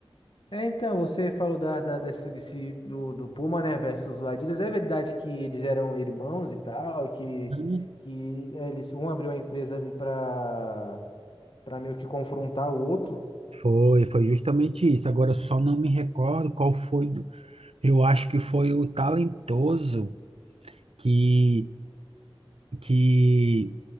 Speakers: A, on the left; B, on the right.
A: É, então, você falou da, da- desse, desse- do, do Puma, né, versus o Adidas. É verdade que eles eram irmãos e tal, que,
B: né?
A: que é, eles, um abriu a empresa ali para para meio que confrontar o outro
B: Foi, foi justamente isso. Agora só não me recordo qual foi. do- Eu acho que foi o talentoso que que